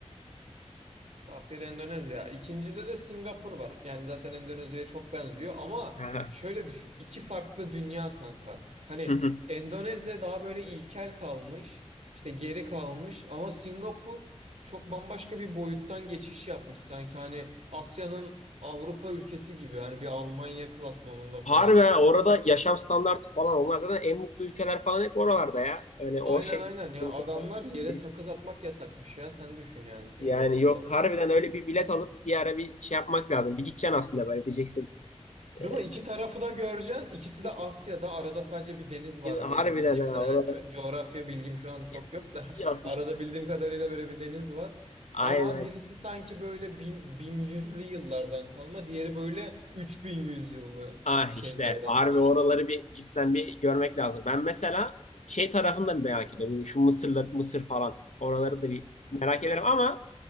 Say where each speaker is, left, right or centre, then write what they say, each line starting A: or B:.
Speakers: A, on the right; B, on the left.
A: top 1 Endonezya. İkincide de Singapur var. Yani zaten Endonezya'ya çok benziyor ama
B: Aha.
A: şöyle düşün. iki farklı dünya kanka. Hani
B: Hı hı.
A: Endonezya daha böyle ilkel kalmış, işte geri kalmış ama Singapur çok bambaşka bir boyuttan geçiş yapmış sanki hani Asya'nın Avrupa ülkesi gibi hani bir Almanya klasmanında falan.
B: Harbi ha, orada yaşam standartı falan onlar zaten en mutlu ülkeler falan hep oralarda ya. Hani o
A: Aynen
B: şey
A: aynen ya adamlar
B: falan
A: yere
B: gelişti.
A: sakız atmak yasakmış ya sen düşün yani Singapur'da.
B: yani yok harbiden öyle bir bilet alıp bir ara bir şey yapmak lazım. Bir gideceksin aslında böyle diyeceksin.
A: Değil
B: Ee,
A: mi? İki
B: bir-
A: tarafı da göreceksin. İkisi
B: bir-
A: de Asya'da. Arada sadece
B: bir-
A: bir deniz var
B: bir- harbiden
A: böyle bildiğim
B: ha
A: kadar. Yani
B: oralar
A: ço- coğrafya bilgim şu an çok
B: Ya,
A: yok da
B: yok
A: <laughs> arada
B: işte.
A: bildiğim kadarıyla böyle bir deniz var.
B: aynen.
A: Ama birisi sanki böyle bin, bin yüzlü yıllardan kalma, diğeri böyle 3100 yıllı
B: Ah
A: şeylerden
B: işte harbi
A: falan.
B: oraları bir cidden bir görmek lazım. Ben mesela şey tarafını da merak ediyorum. Şu Mısır'la Mısır falan oraları da bir merak ederim ama